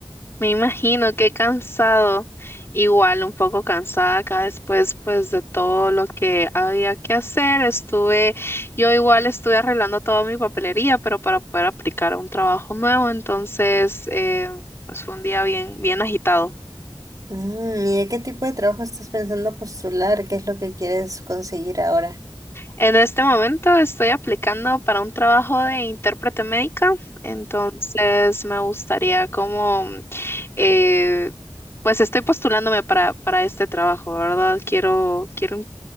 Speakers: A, on the left; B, on the right.
A: Me imagino que cansado, igual un poco cansada acá después pues de todo lo que había que hacer. Estuve, yo igual estuve arreglando toda mi papelería, pero para poder aplicar a un trabajo nuevo, entonces eh, pues fue un día bien, bien agitado.
B: Mm, ¿y de qué tipo de trabajo estás pensando postular? ¿Qué es lo que quieres conseguir ahora?
A: En este momento estoy aplicando para un trabajo de intérprete médica, entonces me gustaría como eh, pues estoy postulándome para, para este trabajo, ¿verdad? Quiero, quiero